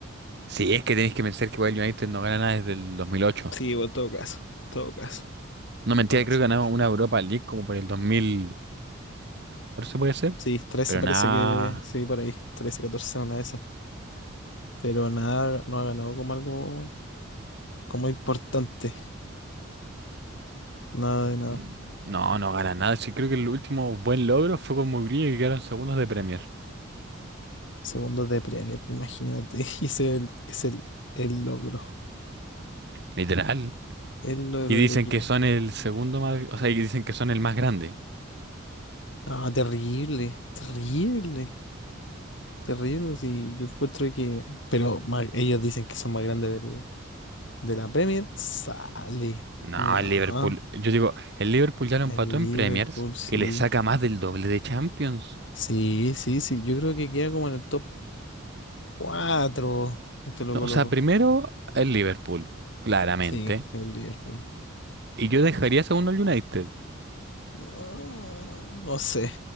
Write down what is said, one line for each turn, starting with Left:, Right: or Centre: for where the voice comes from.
Right: Sí, es que tenéis que pensar que Wild United no gana nada desde el 2008.
Left: Sí, bueno, en todo caso. en Todo caso.
Right: No, mentira,
Left: No lo
Right: creo
Left: hace
Right: que ganamos
Left: mucho.
Right: una Europa League como por el 2014, puede ser.
Left: Sí, 13
Right: Pero
Left: parece
Right: nada.
Left: que. Sí, por ahí. 13, 14, una de esas. Pero nada, no ha ganado como algo como importante. Nada de nada.
Right: mm, No, no gana nada. Sí, creo que el último buen logro fue con Mourinho que quedaron segundos de Premier.
Left: Segundo de Premier, imagínate. <laughs> Y ese es el, es el el logro.
Right: Literal.
Left: El logro
Right: Y dicen
Left: del equipo.
Right: que son el segundo más. O sea, y dicen que son el más grande.
Left: Ah, terrible, terrible, terrible. Sí, yo encuentro que. Pero ma- ellos dicen que son más grandes del- de la Premier. Sale.
Right: No,
Left: No,
Right: el Liverpool. Yo digo, el Liverpool ya lo
Left: el
Right: empató en
Left: Liverpool,
Right: Premiers
Left: sí.
Right: y le saca más del doble de Champions.
Left: Sí, sí, sí. Yo creo que queda como en el top 4. Te lo
Right: No,
Left: coloco.
Right: o sea, primero el Liverpool, claramente.
Left: Sí, el Liverpool.
Right: Y yo dejaría segundo el United.
Left: No, no sé.